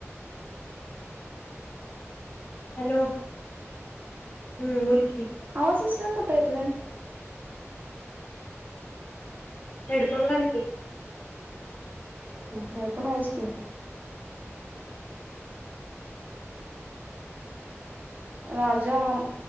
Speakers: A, on the left; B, on the right.
A: <inaudible> हॅलो हम्म बोलकी
B: आवाज कसा काय मोठा येत नाय?
A: हेडफोन घाल की
B: हेडफोन हायच की राजाराम